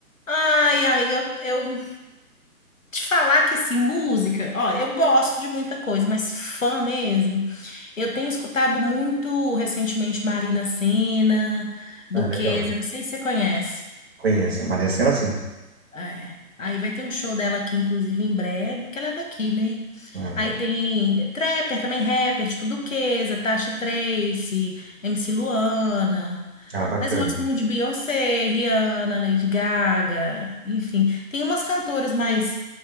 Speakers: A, on the left; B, on the right.
A: Ai, amiga, eu, eu te falar que, assim, música... Ó, eu gosto de muita coisa, mas fã mesmo... Eu tenho escutado muito recentemente Marina Sena, Duquesa,
B: Ah, legal.
A: não sei se você conhece.
B: Conheço. Mas é cena assim.
A: É. Aí vai ter um show dela aqui, inclusive, em breve, porque ela é daqui, né?
B: Ah,
A: Aí
B: tá.
A: tem trapper, também rapper, tipo Duquesa, Tasha Tracie, MC Luana.
B: Ah, bacana.
A: Mas eu gosto muito de Beyoncé, Rihanna, Lady Gaga, enfim. Tem umas cantoras mais